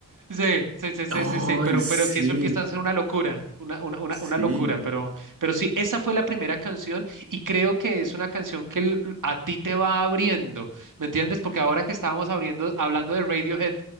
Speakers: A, on the right; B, on the right.
A: Sí, sí, sí, sí,
B: Oh,
A: sí, sí, pero,
B: sí.
A: pero que eso empieza a ser una locura, una, una, una,
B: Sí,
A: una locura, pero, pero sí, esa fue la primera canción y creo que es una canción que l- a ti te va abriendo, ¿me entiendes? Porque ahora que estábamos abriendo, hablando de Radiohead,